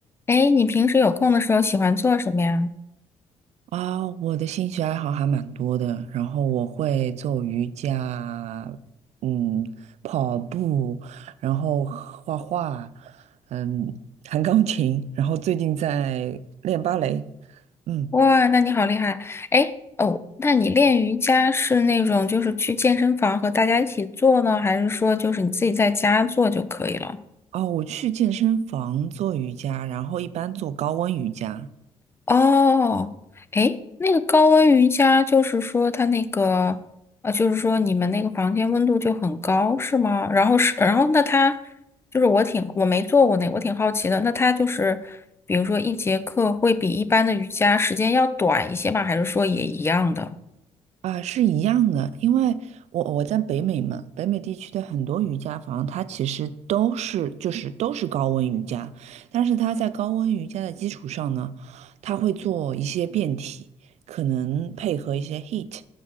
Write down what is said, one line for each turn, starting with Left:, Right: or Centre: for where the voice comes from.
Left: 哎，你平时有空的时候喜欢做什么呀？
Right: 啊，我的兴趣爱好还蛮多的，然后我会做瑜伽，嗯，跑步，然后画画，嗯，弹钢琴，然后最近在练芭蕾，嗯，
Left: 哇，那你好厉害！哎，哦，那你练瑜伽是那种就是去健身房和大家一起做呢，还是说就是你自己在家做就可以了？
Right: 哦，我去健身房做瑜伽，然后一般做高温瑜伽，
Left: 哦，诶，那个高温瑜伽就是说它那个，呃，就是说你们那个房间温度就很高，是吗？然后是，然后那它就是我挺我没做过那个我挺好奇的。那它就是，比如说一节课会比一般的瑜伽时间要短一些吧？还是说也一样的？
Right: 啊，是一样的，因为我我在北美嘛，北美地区的很多瑜伽房，它其实都是就是都是高温瑜伽，但是它在高温瑜伽的基础上呢，它会做一些变体，可能配合一些 heat，